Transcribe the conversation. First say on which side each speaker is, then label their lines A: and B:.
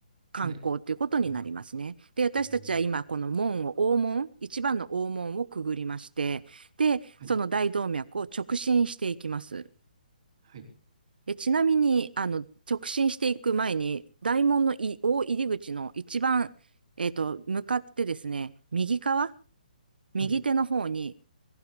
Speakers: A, on the right; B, on the right.
A: 観光ということになりますね。
B: はい。うん。
A: で、私たちは今、
B: おー
A: この門を、大門、一番の大門をくぐりまして、で、
B: はい。
A: その大動脈を直進していきます。
B: はい。
A: で、ちなみに、あの、直進していく前に、大門のい大入り口の一番、えっと、向かってですね、右側、右手の方に、
B: はい。